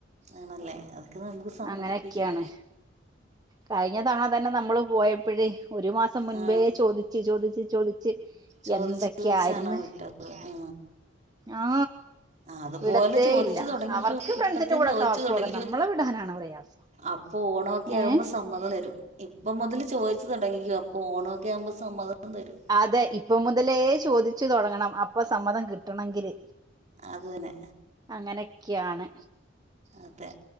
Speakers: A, on the right; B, on the right.
A: ആണല്ലേ അതൊക്കെ നമുക്ക് സമ്മതിപ്പിക്കാം
B: അങ്ങനെയൊക്കെയാണ് കഴിഞ്ഞ തവണ തന്നെ നമ്മള് പോയപ്പോഴേ ഒരു മാസം മുൻപേ
A: ആ
B: ചോദ ചോ ചോദിച്ച ചോദിച്ചച്ച്
A: ചോദിച്ച്
B: എന്തൊക്കെയായിരുന്നു
A: ചോദിച്ചാണോ വിട്ടത് ആ
B: ആ
A: ആ അതുപോലെ
B: വിടത്തേ
A: ചോദിച്ചു
B: ഇല്ല
A: തുടങ്ങിക്കോ
B: അവർക്ക് ഫ്രണ്ട്സിന്റെ
A: ഇപ്പ തന്നെ
B: കൂടെയൊക്കെ
A: ചോദിച്ചു
B: അവർക്കുംൊക്കെ
A: തുടങ്ങിക്കോ
B: നമ്മളെ വിടാനാണ് പ്രയാസം
A: അപ്പൊ ഓണമൊക്കെ
B: ഏഹ്
A: ആകുമ്പോ സമ്മതം തരും ഇപ്പം മുതൽ ചോദ തുടങ്ങിക്കോ അപ്പോ ഓക്ക ഒക്കെ ആകുമ്പോ സമ്മതം തരും
B: അതെ ഇപ്പൊ മുതലേ ചോദിച്ചു തുടങ്ങണം അപ്പൊ സമ്മതം കിട്ടണമെങ്കില്
A: അതന്നെ
B: അങ്ങനെയൊക്കെയാണ്
A: അതേ